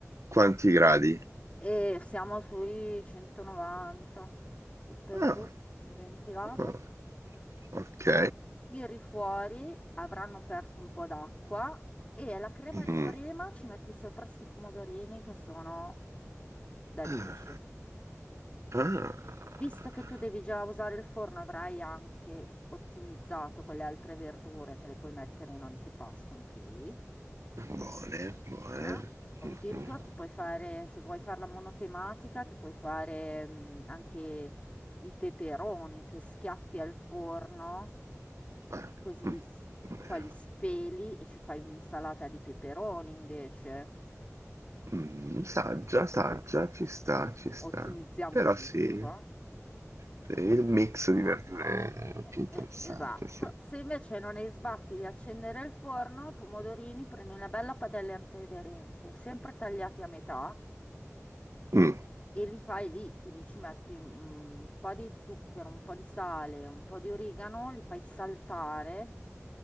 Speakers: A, on the right; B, on the left.
A: Quanti gradi?
B: e siamo sui 190, su per
A: Ah,
B: giù, ventilato.
A: Ah, ok.
B: Tiri fuori, avranno perso un po' d'acqua e alla crema
A: Mm.
B: di prima ci metti sopra sti pomodorini che sono da
A: Ah,
B: 10.
A: ah.
B: Visto che tu devi già usare il forno, avrai anche ottimizzato con le altre verdure che le puoi mettere in antipasto anche lì.
A: buone, buone.
B: eh? O
A: Mhm.
B: Addirittura ti puoi fare, se vuoi farla monotematica, ti puoi fare mm, anche i peperoni che schiaffi al forno,
A: Ah,
B: così
A: mm,
B: s-
A: vero.
B: poi li speli e ci fai un'insalata di peperoni invece.
A: Mm, saggia, saggia, ci sta,
B: Eh,
A: ci
B: sì,
A: sta.
B: Ottimizziamo
A: Però
B: tutto
A: sì,
B: qua.
A: sì, il mix di verdure è
B: Eh,
A: più interessante,
B: eh, Esatto,
A: sì.
B: se invece non hai sbatti di accendere il forno, i pomodorini prendi una bella padella antiaderente, sempre tagliati a metà
A: Mm,
B: e li fai lì, quindi ci metti mm, un po' di zucchero, un po' di sale, un po' di origano, li fai saltare